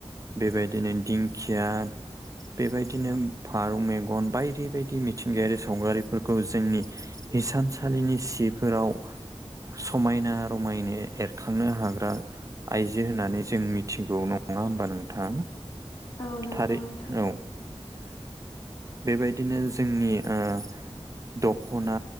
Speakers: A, on the right; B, on the left.
A: बेबायदिनो दिंखिया बेबायदिनो फारौ मेगन बायदि बायदि मिथिंगायारि सावगारिफोरखौ जोंनि हिसानसालिनि सिफोराव समायना रमायनो एरखांनो हाग्रा आइजो होननानै जों मिथिगौ। नङा होमबा नोंथां?
B: औ नंगौ
A: थारै
B: नोंथां।
A: औ बेबायदिनो जोंनि ओ दख'ना